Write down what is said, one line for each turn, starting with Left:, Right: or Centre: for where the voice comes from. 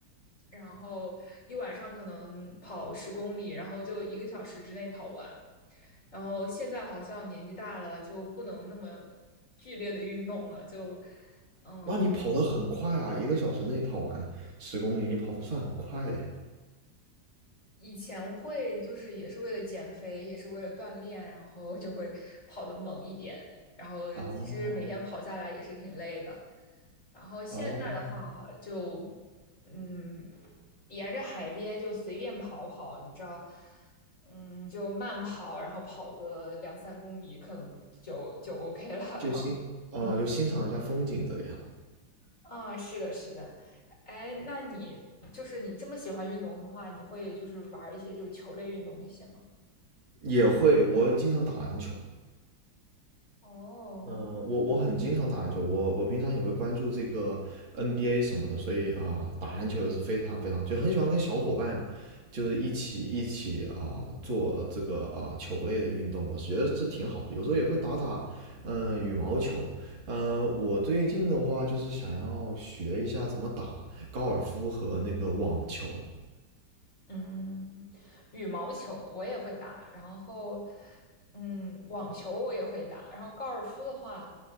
Left: 然后一晚上可能跑十公里，然后就一个小时之内跑完。然后现在好像年纪大了，就不能那么剧烈的运动了，就嗯，
Right: 那你跑得很快啊！一个小时内跑完十公里，你跑得算很快的。
Left: 以前会就是也是为了减肥，也是为了锻炼，然后就会跑得猛一点，然后其实每天跑下来也是挺累的。
Right: 哦
Left: 然后现在的话就，
Right: 哦，
Left: 嗯，沿着海边就随便跑跑，你知道，嗯，就慢跑，然后跑个两三公里，可能就就 OK 了。
Right: 就欣哦就欣赏一下风景这个样。
Left: 然后，嗯。<laughs> 啊，是的，是的，哎，那你就是你这么喜欢运动的话，你会就是玩一些就是球类运动那些吗？
Right: 也会，我经常打篮球。
Left: 哦，
Right: 呃，我我很经常打篮球，我我平常也会关注这个 NBA 什么的，所以啊、打篮球也是非常非常，就很喜欢跟小伙伴，就是一起一起啊、做这个啊、球类的运动，我觉得是挺好的。有时候也会打打，嗯羽毛球。呃，我最近的话就是想要学一下怎么打高尔夫和那个网球。
Left: 嗯，羽毛球我也会打，然后，嗯，网球我也会打，然后高尔夫的话，